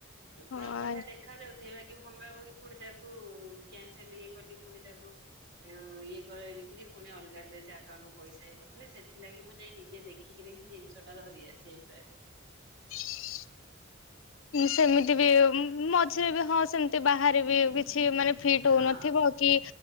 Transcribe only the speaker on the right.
ପୁରା ବଢିଆ ଦେ ଦେଖ ଯାଉଥେ ବାଗି ଭଙ୍ଗା ଭଙ୍ଗି ପୁଣି ତାକୁ କ୍ୟାନସଲ ଇଏ କଲି ଫୁଣି ତାକୁ ଇଏ କରିକିରି ପୁଣି ଅଲଗା ଡେସେ ଆକାଉଣ୍ଟରୁ ପଇସା ଇଏ ପଠେଇଲେ ସେଥିଲାଗି ମୁଁ ଯେଇନି ସେ ଦେଖିକିରି ହିଁ ଜିନିଷ ଟା ଧରି ଆସେ ପ୍ରାୟ ହେ।
ହଁ